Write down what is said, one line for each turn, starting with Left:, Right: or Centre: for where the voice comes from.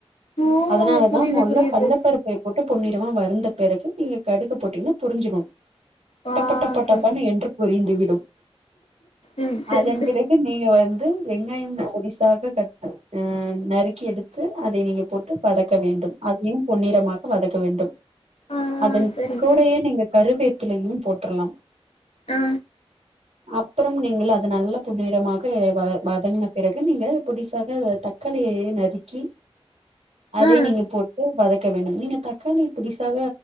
Left: ஓ
Right: அதனாலதா
Left: புரியுது
Right: மொதல்ல
Left: புரியுது
Right: கல்லப்பருப்பு போட்டு பொன்னிறமா வறுந்த பிறகு நீங்க கடுக போட்டீங்கன்னா பொரிஞ்சிரு
Left: ஆ
Right: டப்ப டப்பட்டப்பானு
Left: சரி சரி
Right: என்று பொரிந்துவிடும்
Left: ம் சரி
Right: அதன்
Left: சரி
Right: பிறகு நீங்க வந்து வெங்காயம் கொடிசாக கட் அ நறுக்கி எடுத்து அதை நீங்க போட்டு வதக்க வேண்டும் அதையு பொன்னிறமாக வதக்க வேண்டும்
Left: ஆ
Right: அதன்
Left: சரிங்க
Right: கூடயே நீங்க கருவேப்பிலையும் போட்றலாம்
Left: ஆ
Right: அப்பறம் நீங்கள் அ அது நல்ல பொன்னிறமாக வத வதங்கின பிறகு நீங்க பொடிசாக தக்காளியயு நறுக்கி அதை
Left: ஆ
Right: நீங்க போட்டு வதக்க வேண்டும் நீங்க தக்காளிய பொடிசாக